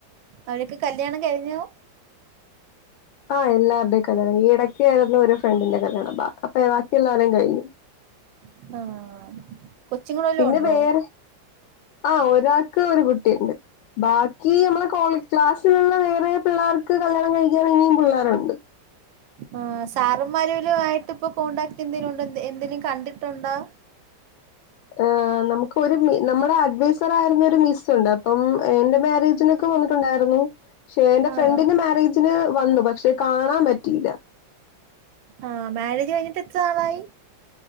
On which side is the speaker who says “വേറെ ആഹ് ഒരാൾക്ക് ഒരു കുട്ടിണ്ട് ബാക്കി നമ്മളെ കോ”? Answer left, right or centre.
Left